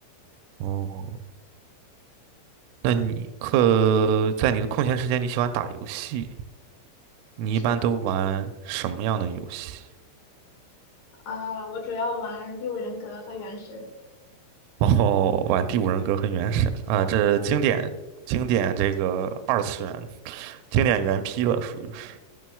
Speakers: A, on the right (about 85°); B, on the left (about 55°).
A: 哦，那你课在你的空闲时间，你喜欢打游戏？你一般都玩什么样的游戏？
B: 是的，啊、我主要玩《第五人格》和《原神》。
A: 然后玩第五人格和原神啊，这经典经典这个二次元经典原批了，属于是。